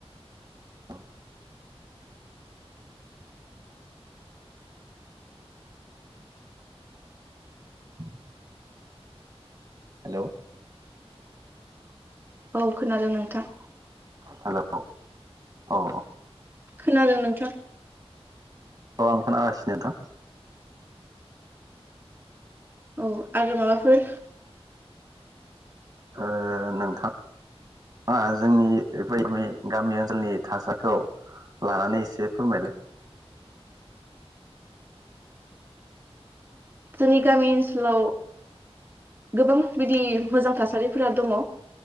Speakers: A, on the right (about 40°); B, on the right (about 20°).
A: औ <inaudible> हेल'
B: औ खोनादों नोंथां
A: हेल' औ औ
B: खोनादों नोंथां
A: औ आं खोनागासिनो नोंथां
B: औ आरो माबाफोर
A: ओ नोंथां ओ जोंनि गामि ओनसोलनि थासारिखौ लानानै एसे फोरमायलाय
B: जोंनि गामि ओनसोलाव गोबां बिदि मोजां थासारि फोर दङ'